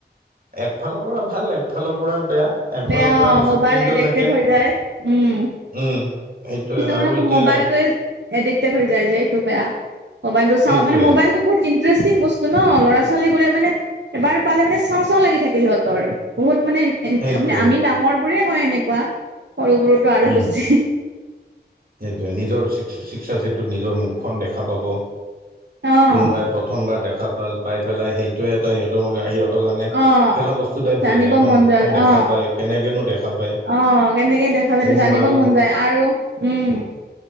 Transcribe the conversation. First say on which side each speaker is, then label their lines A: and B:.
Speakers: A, on the right (about 55°); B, on the right (about 80°).
A: একফালৰ পৰা ভাল একফালৰ পৰা বেয়া। একফালৰ
B: বেয়া
A: পৰা ডিচিপ্লিনটো
B: মোবাইল এডেক্টেড
A: থাকে
B: হৈ যায় উম।
A: উম সেইটোৱে
B: কিছুমানে
A: আৰু
B: খুব
A: এতিয়া
B: মোবাইলটোৱে এডিক্টেড হৈ যায় যে এইটো বেয়া মবাইল টো চাওঁ
A: সেইটোৱে
B: মানে মবাইলতটো বহুত ইটাৰেষ্টিং বস্তু ন ল'ৰা -ছোৱালীবোৰে মানে এবাৰ পালে মানে চাওঁ -চাওঁ লাগি থাকে সিহঁতৰ বহুত মানে -মানে
A: সেইটোৱে
B: আমি ডাঙৰ বোৰে হয় এনেকুৱা সৰুবোৰতো আৰু
A: উম
B: বেছি।
A: সেইটোৱে নিজৰ চিকসা চেটোত নিজৰ মুখখন দেখা পাব।
B: অ',
A: কোনোবাই প্ৰথমবাৰ দেখা পাল পাই পেলাই সেইটোয়ে এটা সিহঁতৰ মে সিহঁত কাৰণে
B: অ'।
A: খেলা বস্তু টাইপ
B: জানিব
A: হৈ যায় ন'মুখখন
B: মন
A: দেখা
B: অ',
A: পায় কেনেকেনো দেখা পায়।
B: অ', কেনেকে দেখা বাউদেও
A: মোৰ
B: জানিব
A: মাৰো
B: মন যায় আৰু উম।